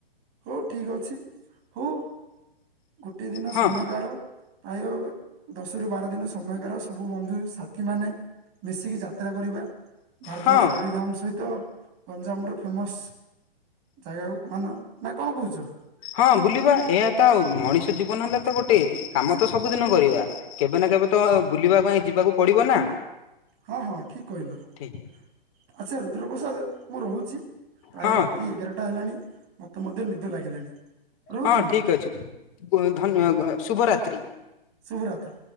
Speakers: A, on the right; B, on the left.
A: ହଉ ଠିକ ଅଛି, ହଉ। ଗୋଟେ ଦିନ
B: ହଁ
A: ସମୟ କାଢ ପ୍ରାୟ ଦଶ ରୁ ବାର ଦିନ ସମୟ କାଢ଼ ସବୁ ବନ୍ଧୁ ସାଥି ମାନେ ମିଶିକି ଯାତ୍ରା କରିବା ଭାରତରେ
B: ହଁ
A: ଚାରୋଟି ଧାମ ସହିତ ଗଞ୍ଜାମ ର ଫେମସ ଜାଗାକୁ ମାନ ନା କଣ କହୁଛ?
B: ହଁ ବୁଲିବା ଏହା ତ ଆଉ ମଣିଷ ଜୀବନ ହେଲା ତ ଗୋଟେ କାମ ତ ସବୁଦିନ କରିବା। କେବେ ନା କେବେ ତ ବୁଲିବା ପାଇଁ ଯିବାକୁ ପଡିବ ନା।
A: ହଁ ହଁ ଠିକ୍ କହିଲ ଆଚ୍ଛା
B: ଠିକ
A: ରୁଦ୍ରପ୍ରସାଦ ମୁଁ ରହୁଚି। ପ୍ରାୟ
B: ହଁ
A: ରାତି ଏଗାରଟା ହେଲାଣି ମତେ ମଧ୍ୟ ନିଦ ଲାଗିଲାଣି। ରହୁଛି
B: ହଁ
A: ମୁଁ
B: ଠିକ୍ ଅଛି ଧନ୍ୟ ଶୁଭରାତ୍ରି।
A: ଶୁଭରାତ୍ର।